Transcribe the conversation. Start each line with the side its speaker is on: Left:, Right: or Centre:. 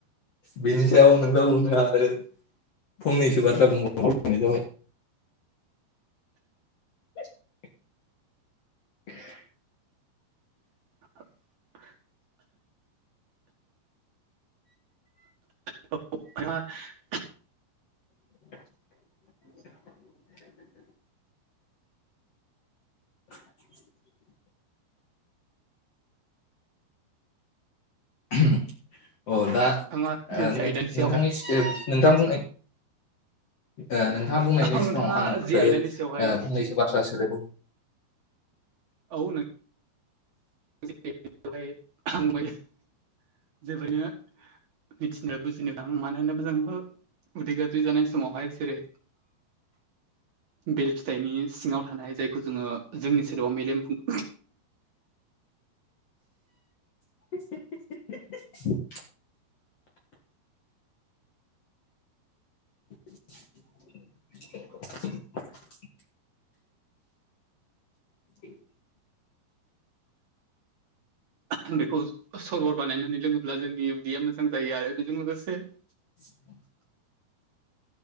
Left: बेनि सायाव नोंथां बुंदो आरो फंनैसो बाथ्रा बुं <unintelligible> जाबाय <inaudible> <inaudible>
Right: <inaudible> <unintelligible>
Left: <inaudible> <inaudible> <inaudible> अ दा
Right: नोंथाङा
Left: नोंथांनि
Right: जे आयदानि सायावहाय
Left: <unintelligible> नोंथां बुंनाय ओ नोंथाङा बुंनायनि
Right: औ
Left: सिगाङाव
Right: नोंथाङा
Left: आं
Right: जि
Left: ओ
Right: आयदानि सायावहाय
Left: ओ फंनैसो बाथ्रा सोलायबावनि
Right: औ नों <unintelligible> जोबोरैनो मिथिनो बुजिनो दां मानो होनोबा जों थ' उदै गाज्रि जानाय समावहाय जेरै बेल फिथाइनि सिङाव थानाय जायखौ जोङो जोंनि सोदोबआव मेलेम बुं
Left: <unintelligible> <inaudible> <inaudible>
Right: आं बेखौ सरवर बानायनानै लोङोब्ला जोंनि उदैया मोजां जायो आरो बेजों लोगोसे
Left: <inaudible>